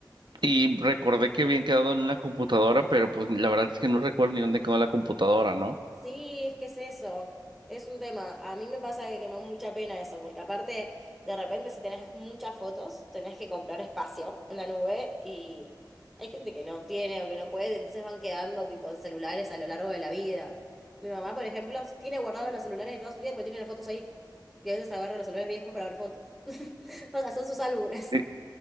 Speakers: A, on the right (about 75°); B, in the centre.
A: Y recordé que habían quedado en una computadora, pero pues la verdad es que no recuerdo ni dónde quedó la computadora, ¿no?
B: Sí, es que es eso, es un tema. A mí me pasa que, que me da mucha pena eso, porque aparte, de repente si tenés muchas fotos, tenés que comprar espacio en la nube y hay gente que no tiene o que no puede, entonces van quedando tipo en celulares a lo largo de la vida. Mi mamá, por ejemplo, tiene guardados los celulares de toda su vida porque tiene las fotos ahí. Y a veces agarra los celulares viejos para ver fotos. <laughs> O sea, son sus álbumes.
A: Eh,